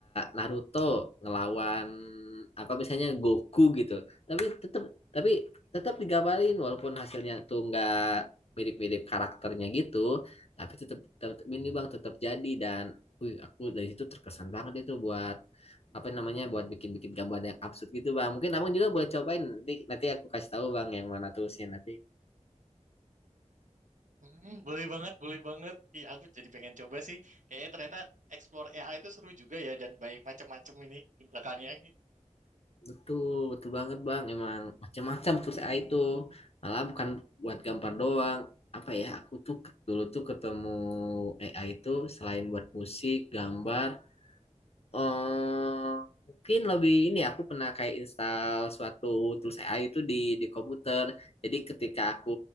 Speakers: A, on the left; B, on the right.
A: Naruto ngelawan apa misalnya Goku gitu. Tapi tetap tapi tetap digambarin walaupun hasilnya tuh nggak mirip-mirip karakternya gitu, tapi tetap tetap ini Bang tetap jadi dan wih aku dari situ terkesan banget itu buat apa namanya buat bikin-bikin gambar yang absurd gitu Bang. Mungkin Abang juga boleh cobain nanti nanti aku kasih tahu Bang yang mana tulisnya nanti
B: Hmm, boleh banget, boleh banget. Ih, aku jadi pengen coba sih. Kayaknya ternyata explore AI itu seru juga ya dan banyak macam-macam ini di belakangnya.
A: Betul, betul banget Bang. Emang macam-macam tuh saya itu. Malah bukan buat gambar doang. Apa ya, aku tuh ke- dulu tuh ketemu AI itu selain buat musik, gambar, eh mungkin lebih ini ya, aku pernah kayak install suatu tools AI itu di di komputer. Jadi ketika aku